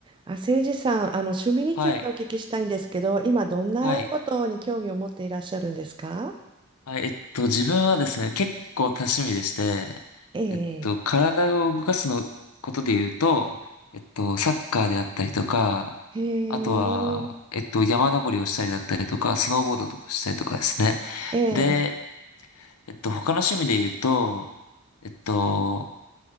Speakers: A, on the right; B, on the left.
A: あ、誠司さん、あの趣味についてお聞きしたいんですけど、
B: はい。
A: 今どんなことに興味を持っていらっしゃるんですか
B: はい。はい。えっと、自分はですね、結構多趣味でして、
A: ええ、
B: えっと、体を動かすのことで言うと、えっと、サッカーであったりとか、
A: へえ、
B: あとは、えっと、山登りをしたりだったりとか、スノーボードとかしたりとかですね。
A: ええ、
B: で、えっと、他の趣味で言うと、えっと、